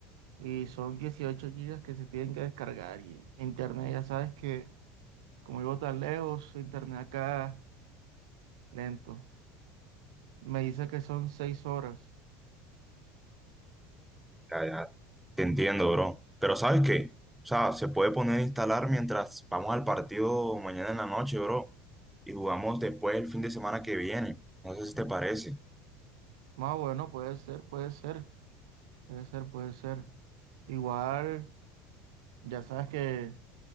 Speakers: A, on the right (about 80°); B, in the centre.
A: Y son 18 gigas que se tienen que descargar. Y internet, ya sabes que como vivo tan lejos, internet acá lento. Me dice que son 6 horas.
B: ya, ya, te entiendo, bro. Pero ¿sabes qué? O sea, se puede poner a instalar mientras vamos al partido mañana en la noche, bro. Y jugamos después el fin de semana que viene. No sé si te parece.
A: Más bueno, puede ser, puede ser, puede ser, puede ser. Igual, ya sabes que